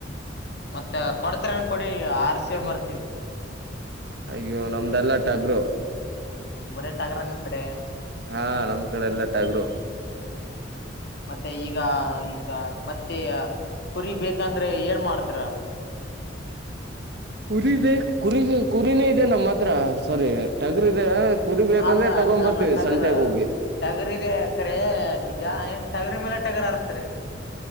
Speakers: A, on the left; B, on the right.
A: ಮತ್ತೆ ಕೊಡ್ತನ್ ಕೊಡಿ ಆರ ಸ ಬರ್ತೀವಿ
B: ಅಯ್ಯೋ ನಮ್ದೆಲ್ಲ ಟಾಗರು
A: ಬರೇ ಟಗರ ನಿಮ್ ಕಡೆ
B: ಹಾ ನಮ್ ಕಡೆ ಎಲ್ಲ ಟಾಗರು
A: ಮತ್ತೆ ಈಗ ಈಗ ಮತ್ತೆ ಕುರಿ ಬೇಕಂದ್ರೆ ಏನ್ ಮಾಡ್ತರ
B: ಕುರಿ ದೆ ಕುರಿ ಕುರಿನೇ ಇದೆ ನಮ್ಮ ಹತ್ರ ಸಾರಿ ಟಗ್ರ ಇದೆ ಕುರಿ ಬೇಕಂದ್ರೆ
A: ಅಲ್ಲ
B: ತಗೊಂಡ್ ಬರ್ತೀವಿ
A: ಅಲ್ಲ ಟಗರ್
B: ಸಂತೆಗೆ ಹೋಗಿ
A: ಟಗರ್ದೆ ಕರೆ ನಿಜ ಎಂ ಟಗರಿ ಮೇಲೆ ಟಗರಿ ಅರಸ್ತ್ರಿ